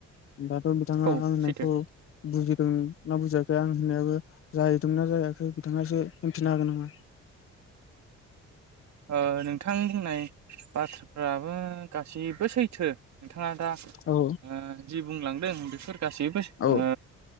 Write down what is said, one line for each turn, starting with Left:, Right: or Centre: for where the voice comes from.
Left: दाथ' बिथाङा
Right: औ
Left: आं होननायखौ
Right: सैथो
Left: बुजि दों ना बुजायाखै आं होननायाबो जाहैदोंना जाहैयाखै नोंथाङा इसे होनफिननो हागोन नामा?
Right: ओ नोंथां बुंनाय बाथ्राफ्राबो गासैबो सैथो नोंथाङा दा
Left: औ
Right: ओ जि बुंलांदों बेफोर गासैबो सै
Left: औ
Right: ओ